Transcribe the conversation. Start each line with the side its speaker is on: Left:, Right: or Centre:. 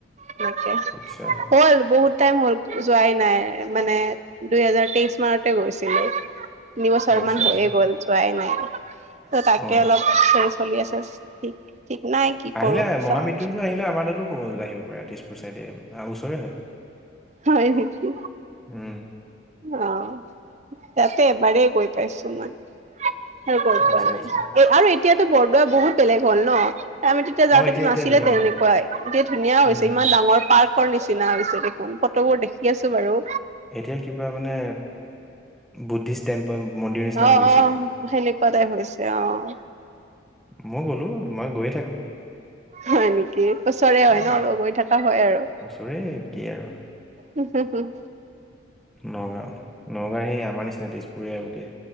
Right: সনেকে
Centre: আচ্ছা
Right: হ'ল বহুত টাইম হ'ল যোৱাই নাই। মানে দুইহেজাৰ তেইশ মতে গৈছিলো তিনি বছৰ
Centre: আচ্ছা
Right: মান হৈয়ে
Centre: আচ্ছা
Right: গ'ল পোৱাই নাই ত তাকে
Centre: অ
Right: অলপ চলি আছে ঠিক নাই কি
Centre: আহিলে
Right: কৰো
Centre: মহামৃত্যুঞ্জয়
Right: চাও
Centre: আহিলে আমাৰ তাতো আহিব পাৰে চাইডে ওচৰে হয়
Right: হয় নেকি
Centre: উম
Right: অ', তাতে এবাৰেই গৈ পাইছো মই। সেই গৈ
Centre: আচ্ছা
Right: পোৱা নাই
Centre: আচ্ছা
Right: এ আৰু এতিয়াতো বৰদোৱা বহুত বেলেগ হল ন আমি তেতিয়া যাওঁতেতো
Centre: অ এতিয়া
Right: নাছিলে
Centre: এতিয়া ধুনীয়া
Right: তেনেকুৱাই
Centre: বনাই পেলাই
Right: এতিয়া ধুনীয়া
Centre: উম
Right: হৈছে ইমান ডাঙৰ পাৰ্ক। নিচিনা হৈছে দেখোন ফটোবোৰ দেখি আছো বাৰু
Centre: এতিয়া কিবা মানে বুদ্ধিষ্ট টেম্পল মন্দিৰ নিচিনা
Right: অ',
Centre: হৈ গৈছে
Right: অ', সেনেকুৱাটাই হৈছে আহ
Centre: মই গ'লো মই গৈয়ে থাকো।
Right: হয় নেকি ওচৰে হয়
Centre: উম
Right: ন লগৈ থকা হয় আৰু।
Centre: ওচৰে কি আৰু।
Right: উম হুম হুম
Centre: নগাঁও নগাঁও সেই আমাৰ নিচিনা তেজপুৰীয়া গোটেই